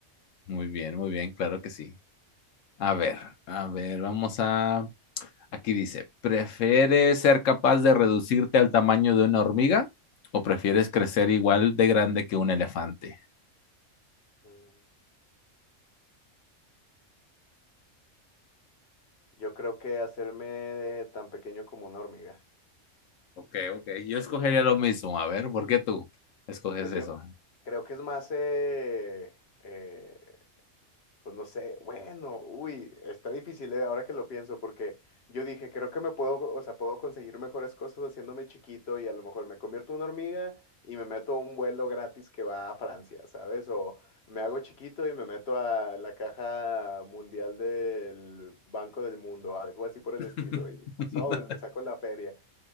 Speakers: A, on the left (about 75°); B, on the left (about 55°).
A: Muy bien, muy bien, claro que sí. A ver, a ver, vamos a Aquí dice, ¿prefieres ser capaz de reducirte al tamaño de una hormiga o prefieres crecer igual de grande que un elefante?
B: Mm, Yo creo que hacerme tan pequeño como una hormiga.
A: Ok, ok, yo escogería lo mismo. A ver, ¿por qué tú escoges
B: Pues
A: eso?
B: yo creo que es más eh, eh, Pues no sé, bueno, uy, está difícil, eh, ahora que lo pienso, porque yo dije, creo que me puedo, o sea, puedo conseguir mejores cosas haciéndome chiquito y a lo mejor me convierto en una hormiga y me meto a un vuelo gratis que va a Francia, ¿sabes? O me hago chiquito y me meto a la caja mundial del Banco del Mundo, algo así por el
A: <laughs>
B: estilo, y pues, sobres, me saco la feria.